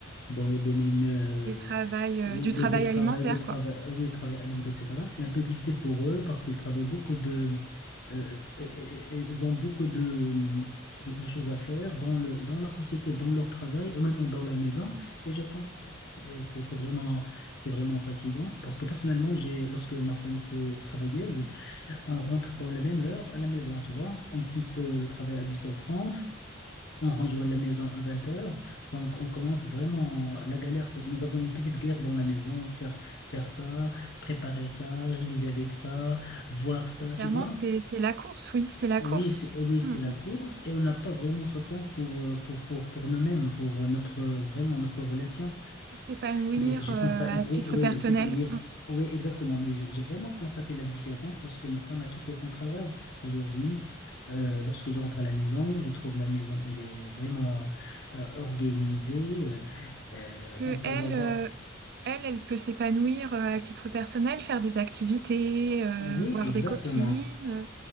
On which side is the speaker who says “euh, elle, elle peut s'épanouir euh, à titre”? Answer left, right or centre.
Right